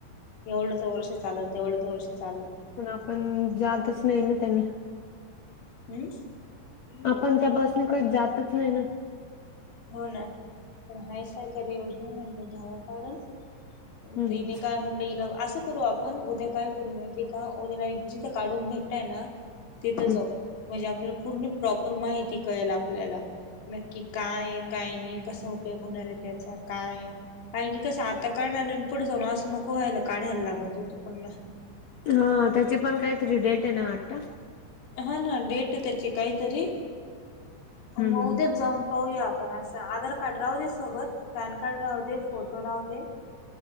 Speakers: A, on the left (about 85°); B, on the left (about 65°).
A: एवढंच वर्ष चालल तेवढंच वर्ष चालल.
B: पण आपण जातच नाही ना त्यांनी.
A: हम्म
B: आपण त्या बसण कधी जातच नाही ना.
A: हो ना, पण हाय सरकारी योजना म्हनल घ्यावा काढून.
B: हम्म
A: तने काय म्हणलं असं करू आपण उद्या काय माहितीय का, <unintelligible> एक जिथं काढून भेटतय ना तिथं
B: हम्म
A: जाऊ म्हणजे, आपल्याला पूर्ण प्रॉप माहिती कळेल आपल्याला, नक्की काय काय नाही कसा उपयोग होणार आहे त्याचा, काय कारन की कस आता करणार पुढ जाऊ ना असं नको व्हायला काढायला लागत होतं पण
B: हा त्याची पण काहीतरी डेट आहे ना वाटत.
A: हा ना डेट त्याची काहीतरी आणि
B: हम्म
A: मग
B: हम्म
A: उद्याच जाऊन पाहूया आप पण अस आधार कार्ड राहू दे सोबत, पॅन कार्ड राहू दे, फोटो राहू दे,